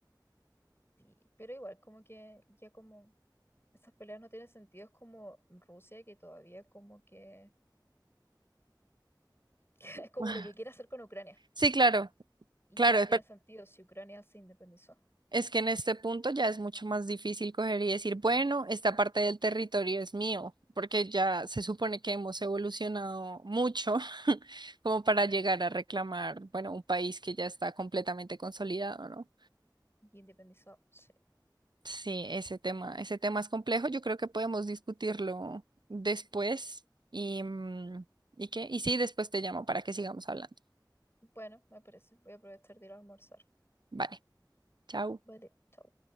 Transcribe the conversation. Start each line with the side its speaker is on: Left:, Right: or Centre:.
Left: sí. Pero igual, como que ya como esas peleas no tienen sentido. Es como Rusia que todavía como que <laughs>
Right: <laughs>
Left: es como lo que quiere hacer con Ucrania.
Right: Sí, claro,
Left: Y
Right: claro.
Left: ya no tiene sentido si Ucrania se independizó.
Right: Es que en este punto ya es mucho más difícil coger y decir, bueno, esta parte del territorio es mío, porque ya se supone que hemos evolucionado mucho <laughs> como para
Left: Claro.
Right: llegar a reclamar, bueno, un país que ya está completamente consolidado, ¿no?
Left: Y independizó, sí.
Right: Sí, ese tema, ese tema es complejo. Yo creo que podemos discutirlo después y, mm, ¿y qué? Y sí, después te llamo para que sigamos hablando.
Left: Bueno, me parece. Voy a aprovechar de ir a almorzar.
Right: Vale, chao.
Left: Vale, chao.